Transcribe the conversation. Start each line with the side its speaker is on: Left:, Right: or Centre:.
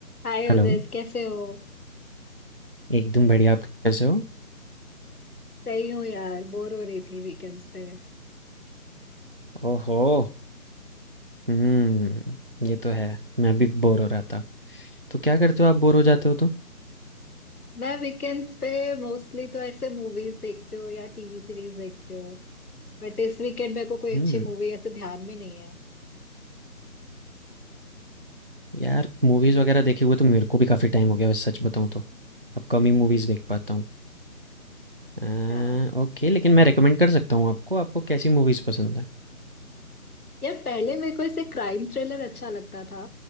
Left: हाय
Right: Hello,
Left: उदित कैसे हो
Right: एकदम बढ़िया। आप कैसे हो?
Left: सही हूँ यार बोर हो रही थी वीकेंड्स पे
Right: ओहो! हुँ, ये तो है। मैं भी बोर हो रहा था। तो क्या करते हो आप बोर हो जाते हो तो?
Left: मैं वीकेंड्स पे मोस्टली तो ऐसे मूवीज देखते हो या टीवी सीरीज देखते हो बट इस वीकेंड मेरे को कोई
Right: हुँ,
Left: अच्छी मूवी ऐसे ध्यान में नहीं है
Right: यार मूवीज़ वगैरह देखे हुए तो मेरे को भी काफ़ी टाइम हो गया वैसे सच बताऊँ तो। अब कम ही मूवीज़ देख पाता हूँ। अ,
Left: हाँ
Right: ओके लेकिन मैं रिकमेंड कर सकता हूँ आपको, आपको कैसी मूवीज़ पसंद है?
Left: यार पहले मेरे को ऐसे क्राइम थ्रिलर अच्छा लगता था